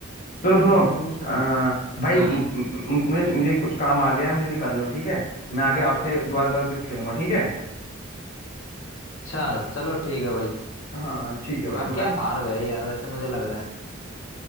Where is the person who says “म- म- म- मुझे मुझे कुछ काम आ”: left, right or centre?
Left